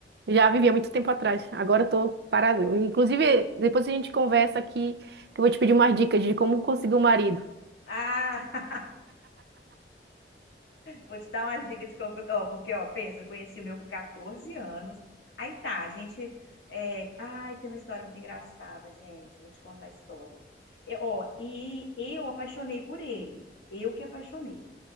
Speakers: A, on the right; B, on the left.
A: Já vivi há muito tempo atrás. Agora eu tô parada. Inclusive, depois a gente conversa aqui, que eu vou te pedir umas dicas de como conseguir um marido.
B: Ah, Vou te dar uma dica de como. Ó, porque, ó, pensa, eu conheci o meu com 14 anos. Aí tá, a gente. é, Ai, tem uma história muito engraçada, gente. Vou te contar a história. E, ó, e eu apaixonei por ele. Eu que apaixonei.